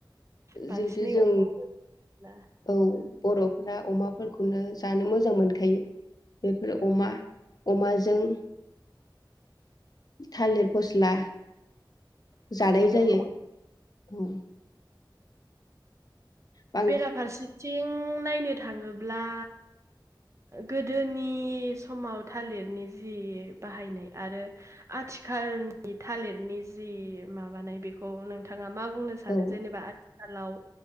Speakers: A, on the right; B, on the left.
A: बांसिनै
B: जिहेथु जों
A: अमा दोनोब्ला
B: औ बर'फोरा अमाफोरखौनो जानो मोजां मोनखायो बेफोर
A: औ
B: अमा अमाजों थालिर फस्ला जानाय
A: औ
B: जायो औ। बां
A: बेराफारसेथिं नायनो थाङोब्ला गोदोनि समाव थालिरनि जि बाहायनाय आरो आथिखालनि थालिरनि जि माबानाय बेखौ नोंथाङा मा बुंनो सानो
B: औ
A: जेनेबा आथिखालाव